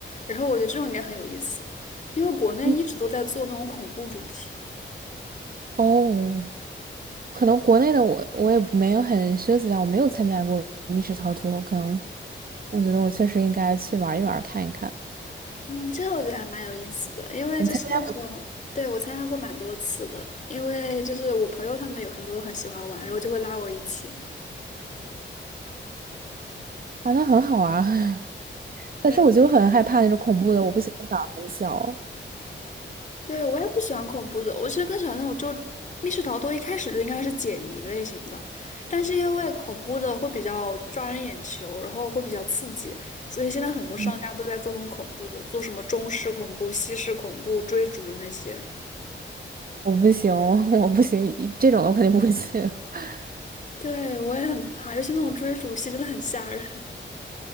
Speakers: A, on the left; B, on the right.
A: 然后我觉得这种应该很有意思，因为国内一直都在做那种恐怖主题，
B: 嗯哦，可能国内的我我也没有很涉及到，我没有参加过密室逃脱，可能我觉得我确实应该去玩一玩看一看。
A: 嗯，这个我觉得还蛮有意思的，因为就是那种，
B: 你参加
A: 对，我参加过蛮多次的，因为就是我朋友他们有很多很喜欢玩，然后就会拉我一起。
B: 啊，那很好啊，<laughs> 但是我就很害怕那种恐怖的，
A: 对。
B: 我不行，我胆儿很小，
A: 对，我也不喜欢恐怖的，我其实更喜欢那种就密室逃脱，一开始就应该是解谜类型的，但是因为恐怖的会比较抓人眼球，然后会比较刺激，所以现在很多商家都在做那种恐怖的，
B: 嗯
A: 做什么中式恐怖、西式恐怖、追逐的那些。
B: 我不行，<laughs> 我不行，这种的我肯定不会去的 <laughs>
A: 对，我也很怕，尤其那种追逐戏真的很吓人。